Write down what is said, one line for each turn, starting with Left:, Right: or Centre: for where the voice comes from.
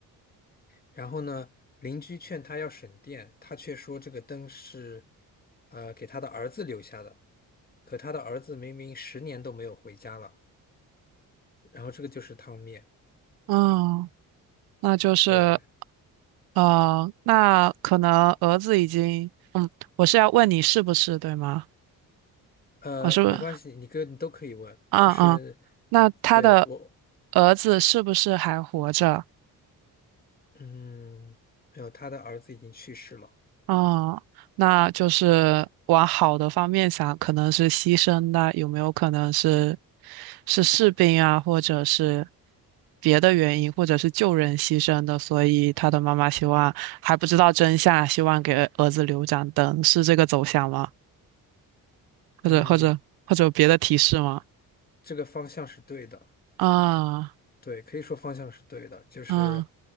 Left: 然后呢，邻居劝他要省电，他却说这个灯是，呃，给他的儿子留下的。可他的儿子明明十年都没有回家了，然后这个就是汤面。
Right: 嗯，那就是
Left: 对，
Right: 呃，那可能儿子已经，我是要问你是不是对吗？
Left: 呃，
Right: 我是不，
Left: 没关系，
Right: 是？
Left: 你哥你都可以问，
Right: 嗯嗯，
Left: 就是
Right: 那他的
Left: 对我，
Right: 儿子是不是还活着？
Left: 嗯，没有，他的儿子已经去世了，
Right: 哦，那就是往好的方面想，可能是牺牲的，有没有可能是是士兵啊，或者是别的原因，或者是救人牺牲的？所以他的妈妈希望还不知道真相，希望给儿子留盏灯，是这个走向吗？或者或者或者有别的提示吗？
Left: 嗯，这个方向是对的。
Right: 啊
Left: 对，可以说方向是对的，就是，
Right: 啊